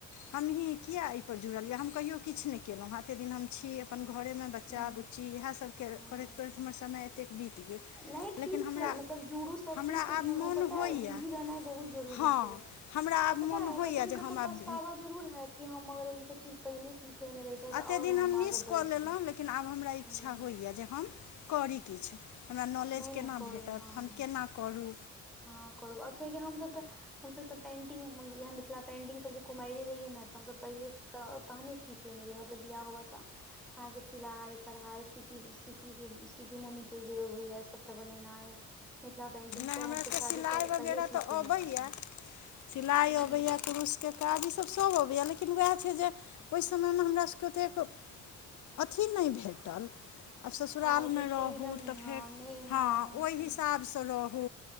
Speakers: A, on the left; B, in the centre.
A: हमहीँ किए एहिपर जुड़लयए हम कहियो किछ नहि केलोह हँ एतेक दिन हम छी अपन घोरेमें बच्चा
B: हूँ
A: बुच्ची इएह सभ करैत
B: हूँ
A: करैत हमर समय एतेक बीत गेल
B: नहि ठीक
A: लेकिन हमरा
B: छै मतलब जुड़ु सब
A: हमरा
B: चीज सँ
A: आब
B: जुड़ु
A: मोन
B: पता
A: होइए
B: अय बीजी रहनाइ बहुत जरूरी
A: हँ
B: छै आ
A: हमरा आब
B: पता
A: मोन
B: अय
A: होइए
B: कतौ ने
A: जे
B: कतौ
A: हम आब
B: पचतावा जरूर हैत कि हम अगर ईसभ चीज पहिले सीख लेने रहितौँ
A: एतेक
B: तऽ आओर
A: दिन
B: हम
A: मिस
B: आगे बढ़ि
A: कऽ लेलहुँ
B: सकैत
A: लेकिन आब हमरा इच्छा
B: हूँ
A: होइए जे हम कोरी किछ हमरा नॉलेज
B: नहि नहि
A: केना
B: करू
A: भेटत
B: हँ
A: हम केना कौरू
B: हँ करू आब कियकि हम सभब तऽ हमसभ त पेंटिंग इहै मिथिला पेंटिंग सभ जे कुमारै रहियै ने तऽ हमसभ पहिले तऽ तहने सीख लेने रहिए मतलब बियाह होवा सँ अहाँ के सिलाई कढ़ाई सीख सि सिक्कि मुनि के जे होइय सबटा बनेनाइ मिथिला पेंटिंग
A: <inaudible> हमरा
B: सब हमसभ
A: के
B: शादीसँ
A: सिलाइ वगैरह
B: पहिले सीख
A: तऽ
B: लेने
A: अबैयया-
B: रहियै
A: सिलाइ
B: हँ
A: अबैय य के काज ईसभ सभ अबैए लेकिन उएह छै जे ओइ समयमे हमरासभके ओतेक अथी नय भेटल आ ससुरालमे
B: हँ ओते फ्रीडम
A: रहू
B: नहि
A: तऽ फेर
B: हँ नहि
A: हँ ओहि
B: सही
A: हिसाब सँ रहू